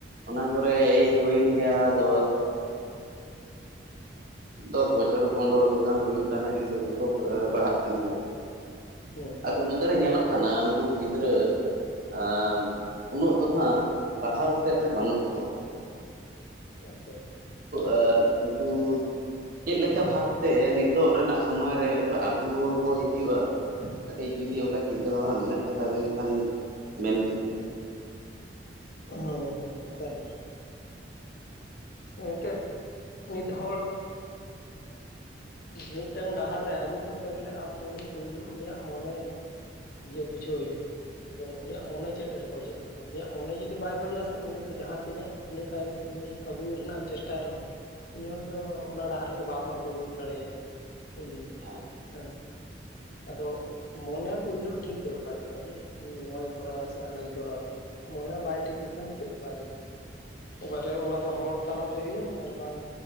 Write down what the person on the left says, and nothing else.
ᱦᱩᱸ
ᱟᱪᱪᱷᱟ ᱦᱮᱸ
ᱦᱚᱸ ᱦᱚᱸ ᱮᱠᱟᱞ ᱜᱚᱝᱠᱮ ᱢᱤᱫ ᱦᱚᱲ ᱢᱤᱫᱴᱟᱝ ᱰᱟᱦᱟᱨ ᱨᱮ ᱟᱹᱜᱩ ᱠᱚᱨᱛᱮ ᱜᱮᱞᱮ ᱟᱢ ᱩᱱᱤ ᱯᱳᱭᱞᱳ ᱩᱱᱤᱭᱟᱜ ᱢᱚᱱᱮ ᱡᱮ ᱵᱩᱡᱷᱟᱹᱣ ᱦᱩᱭᱩᱜ ᱠᱟᱱᱟ ᱮᱵᱚᱝ ᱩᱱᱤᱭᱟᱜ ᱢᱚᱱᱮ ᱪᱮᱫ ᱨᱮ ᱠᱷᱚᱡᱚᱜ ᱠᱟᱱᱟ ᱩᱱᱤᱭᱟᱜ ᱢᱚᱱᱮ ᱡᱩᱫᱤ ᱵᱟᱭ ᱠᱷᱚᱡᱚᱜᱼᱟᱥ ᱩᱱᱤ ᱡᱟᱦᱟᱸ ᱛᱤᱱᱟᱹᱜ ᱩᱱᱤ ᱛᱟᱭ ᱩᱱᱤ ᱟᱹᱜᱩᱭ ᱨᱮᱱᱟᱜ ᱮᱢ ᱪᱮᱥᱴᱟᱭ ᱨᱮᱦᱚᱸ ᱩᱱᱤ ᱦᱚᱲ ᱫᱚ ᱚᱱᱟ ᱰᱟᱦᱟᱨ ᱨᱮᱫᱚ ᱵᱟᱢ ᱟᱹᱜᱩ ᱫᱟᱲᱮᱭᱟᱭᱟ ᱤᱧᱫᱩᱧ ᱢᱮᱱᱟ
ᱦᱮᱸ ᱟᱫᱚ ᱢᱚᱱᱮ ᱯᱳᱭᱞᱳ ᱴᱷᱤᱠ ᱫᱚᱨᱠᱟᱨ ᱠᱟᱱᱟ ᱡᱮ ᱤᱧ ᱱᱚᱣᱟᱧ ᱠᱚᱨᱟᱣᱟ ᱥᱮ ᱦᱟᱱᱟᱧ ᱠᱚᱨᱟᱣᱟ ᱢᱚᱱᱮ ᱵᱟᱭ ᱴᱷᱤᱠ ᱞᱮᱠᱷᱟᱱ ᱫᱚ ᱪᱮᱫ ᱵᱟᱭ ᱜᱟᱱᱚᱜᱼᱟ ᱚᱠᱟᱨᱮ ᱚᱱᱟ ᱫᱚ ᱦᱚᱲ ᱛᱟᱞᱟᱛᱮ ᱦᱩᱭᱮᱱ ᱟᱨ ᱵᱟᱝ